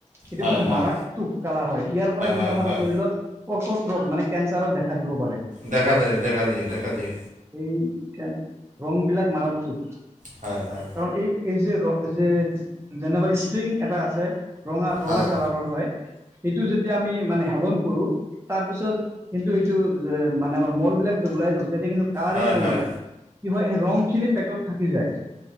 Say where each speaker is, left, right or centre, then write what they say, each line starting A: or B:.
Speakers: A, on the right; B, on the right.
A: সেইটো
B: হয়
A: কিন্তু
B: হয়
A: মাৰাত টোপ কালাৰ হয় ইয়াৰ পৰা কিন্তু
B: হয়
A: আমাৰ
B: হয়
A: শৰীৰত <unintelligible> ৰোগ মানে কেঞ্চাৰৰ দেখা দিব পাৰে।
B: দেখা দিয়ে দেখা দিয়ে দেখা দিয়ে
A: এই কে ৰংবিলাক মাৰাতোক
B: হয়, হয়।
A: কাৰণ এই এই যে ৰ' যে যেনেবা ষ্ট্ৰিং এটা আছে। ৰঙা, ৰঙা
B: হয়
A: কালাৰৰ হয় সেইটো যেতিয়া আমি মানে সেৱন কৰোঁ। তাৰপিছত কিন্তু এইটো মানে আমাৰ মলবিলাক যে ওলাই যাব তেতিয়া কিন্তু কালাৰিং
B: হয়
A: নওলায়
B: হয়
A: কি হয় ৰংখিনি পেটত থাকি যায়,